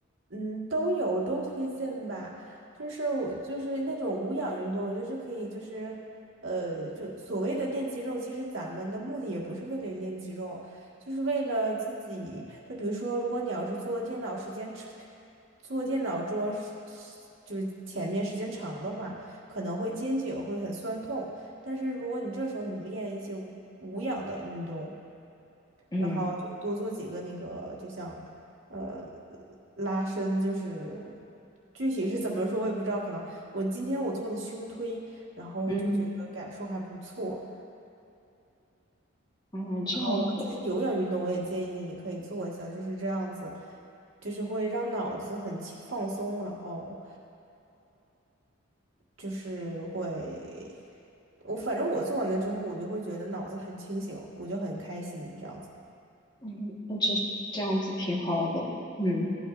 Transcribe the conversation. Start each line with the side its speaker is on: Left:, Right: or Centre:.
Right: 嗯，都有都推荐吧，就是我就是那种无氧运动，就是可以就是呃，就所谓的练肌肉，其实咱们的目的也不是为了练肌肉，就是为了自己。就比如说，如果你要是坐电脑时间长，坐电脑桌是是就是前面时间长的话，可能会肩颈会很酸痛。但是如果你这时候你练一些无无氧的运动，
Left: 嗯
Right: 然后就是多做几个那个，就像呃拉伸，就是具体是怎么说我也不知道，可能我今天我做的胸推，然后我就觉得感受还不错。
Left: 嗯啊，这样子，
Right: 我其实有氧运动我也建议你可以做一下，就是这样子，就是会让脑子很轻放松，然后就是会，我反正我做完了之后，我就会觉得脑子很清醒，我就很开心这样子。
Left: 嗯，那这这样子挺好的。嗯，